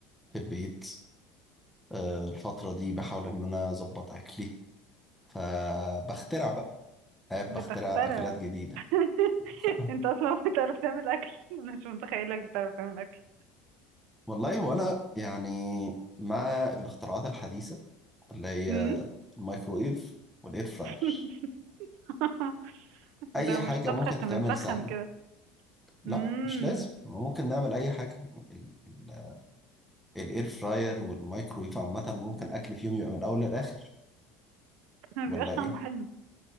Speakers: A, in the centre; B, on the right (about 70°).
A: في البيت آه، الفترة دي بحاول إن أنا أظبط أكلي فبخترع بقى قاعد
B: بتخترع
A: بخترع أكلات جديدة
B: <laughs>
A: <laughs>
B: انت اصلا بتعرف تعمل اكل انا مش متخيلك بتعرف تعمل اكل
A: والله وأنا يعني مع الاختراعات الحديثة اللي هي
B: أمم.
A: الميكرويف والإير فراير
B: <laughs> <laughs>
A: أي
B: ده
A: حاجة
B: مش طبخ
A: ممكن
B: احنا
A: تتعمل
B: بنسخن
A: سهلة
B: كده
A: لا
B: امم
A: مش لازم ما ممكن نعمل أي حاجة يعني ال- ال- الإير فراير والميكرويف عامة ممكن أكل فيهم يبقى من الأول للآخر
B: ما
A: ولا
B: بيبقاش
A: إيه؟
B: طعمه حلو